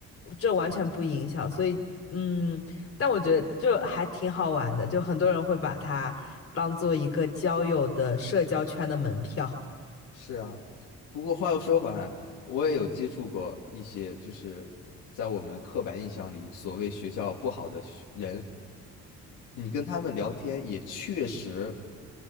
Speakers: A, on the left; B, on the left.
A: 这完全不影响。所以，嗯，但我觉得就还挺好玩的，就很多人会把它当做一个交友的社交圈的门票，
B: 是啊。不过话又说回来，我也有接触过一些，就是在我们刻板印象里所谓学校不好的学人，你跟他们聊天也确实，